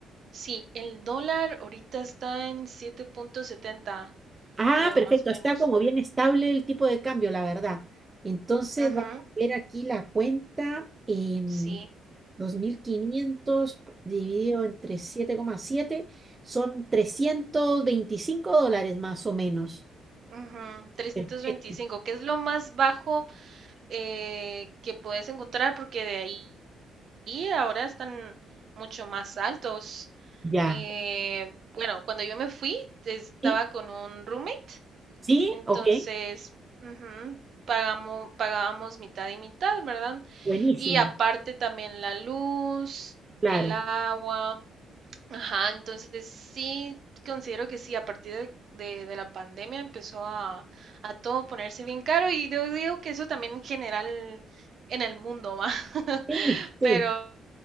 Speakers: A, on the right; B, on the right.
A: sí, el dólar ahorita está en siete punto setenta
B: Ah,
A: creo,
B: perfecto,
A: más o menos.
B: está como bien estable el tipo de cambio, la verdad. Entonces
A: Ujú,
B: vamos a ver aquí la cuenta, em,
A: sí.
B: 2.500 dividido entre siete coma siete son 325 dólares más o menos.
A: ujú, trescientos
B: Perfecto,
A: veinticinco que es lo más bajo eh, que puedes encontrar porque de ahí Y ahora están mucho más altos.
B: ya.
A: Eh, bueno, cuando yo me fui, estaba
B: ¿Sí?
A: con un roommate,
B: ¿Sí?
A: entonces
B: Ok,
A: ujú, pagamo- pagábamos mitad y mitad, ¿verdad?
B: buenísimo,
A: Y aparte también la luz,
B: claro.
A: el agua, ajá, entonces sí, considero que sí, a partir de, de- de la pandemia empezó a, a todo ponerse bien caro y yo digo que eso también en general en el mundo va, <laughs>
B: Sí, sí.
A: pero...